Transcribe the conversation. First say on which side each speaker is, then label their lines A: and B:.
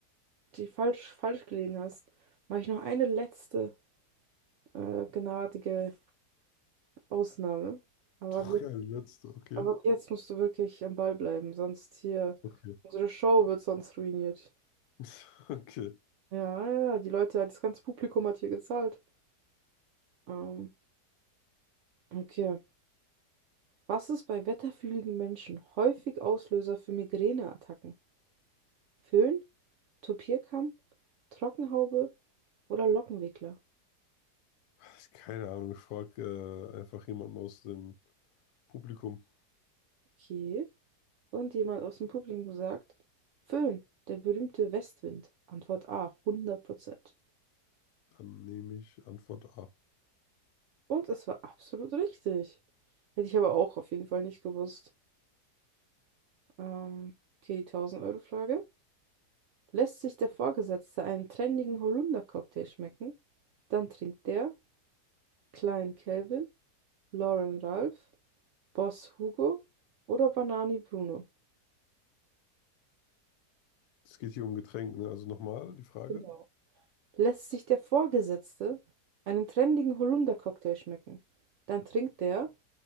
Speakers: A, on the right; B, on the left.
A: die falsch, falsch gelegen hast, mache ich noch eine letzte äh, gnadige Ausnahme. Aber
B: Doch,
A: ab jetzt,
B: ja, die letzte, okay.
A: aber ab jetzt musst du wirklich am Ball bleiben, sonst hier,
B: Okay.
A: unsere Show wird sonst ruiniert.
B: <laughs> Okay.
A: Ja, ja, ja, die Leute, das ganze Publikum hat hier gezahlt. Ähm, okay. Was ist bei wetterfühligen Menschen häufig Auslöser für Migräneattacken? Föhn, Topierkamm, Trockenhaube oder Lockenwickler?
B: Ich, keine Ahnung, ich frage äh, einfach jemanden aus dem Publikum.
A: Okay. Und jemand aus dem Publikum sagt, Föhn, der berühmte Westwind. Antwort A, hundert Prozent.
B: Dann nehme ich Antwort A.
A: Und es war absolut richtig. Hätte ich aber auch auf jeden Fall nicht gewusst. Ähm, okay, die 1000-Euro-Frage. Lässt sich der Vorgesetzte einen trendigen Holunder-Cocktail schmecken, dann trinkt der Klein Calvin, Lauren Ralph, Boss Hugo oder Banani Bruno.
B: Es geht hier um Getränk, ne? Also nochmal die Frage.
A: Genau. Lässt sich der Vorgesetzte einen trendigen Holunder-Cocktail schmecken, dann trinkt der